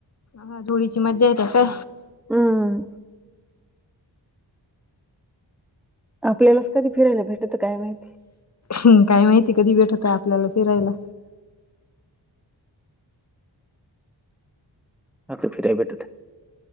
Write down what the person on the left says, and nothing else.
हा धुळीची मज्जा येते काय
हम काय माहिती कधी भेटत आपल्याला फिरायला